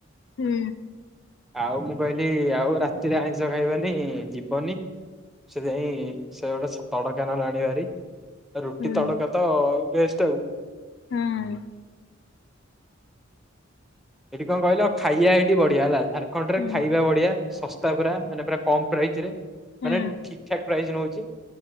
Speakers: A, on the left; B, in the centre.
A: ହୁଁ।
B: ଆଉ ମୁଁ କହିଲି ଆଉ ରାତିରେ ଆଇଁଷ ଖାଇବାନି ଯିବନି। ସେଥିପାଇଁ ସେ ଗୋଟେ ସ ତଡକା <unintelligible> ବାରି ରୁଟି
A: ହୁଁ
B: ତଡକା ତ ବେଷ୍ଟ ଆଉ।
A: ହୁଁ।
B: ଏଇଠି କଣ କହିଲ ଖାଇଆ ଏଇଠି ବଢିଆ ହେଲା ଝାଡଖଣ୍ଡ ରେ
A: ହୁଁ
B: ଖାଇବା ବଢିଆ ଶସ୍ତା ପୁରା ମାନେ ପୁରା କମ୍ ପ୍ରାଇଜରେ
A: ହୁଁ
B: ମାନେ ଠିକ୍ ଠାକ୍ ପ୍ରାଇଜ୍ ନେଉଛି